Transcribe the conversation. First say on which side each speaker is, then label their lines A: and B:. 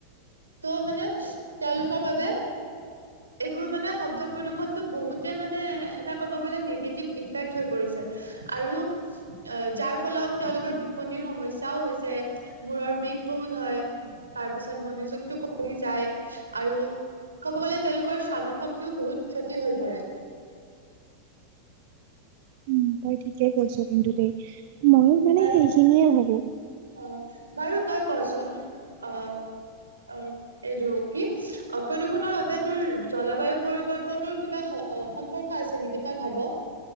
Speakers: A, on the right; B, on the right.
A: ত' মানে তেওঁলোকৰ বাবে এইবোৰ মানে শব্দ প্ৰদূষণটো বহুতে মানে এটা ক'ব গ'লে নিগেটিভ ইম্পেক্ট হৈ পৰিছে। আৰু অ', যাৰফলত তেওঁলোকৰ টোপনিৰ সমস্যাও হৈছে। মূৰৰ বিষ বহুত হয়, তাৰ পিছত মনোযোগতটো কমি যায় আৰু ক'ব গ'লে তেওঁলোকৰ শ্ৰাৱণ শক্তিও বহুত ক্ষতি হৈ পৰে
B: উম তই ঠিকে কৈছ কিন্তু দেই ময়ো মানে
A: বাৰু
B: সেইখিনিয়ে ভাবোঁ।
A: অ', বাৰু তই কচোন অ', অ', এইটো কি অ প্ৰদূষণৰ বাবে তোৰ জলবায়ু পৰিৱৰ্তনৰ কিবা স-অ', সম্পৰ্ক আছে নিকি তই ভাব?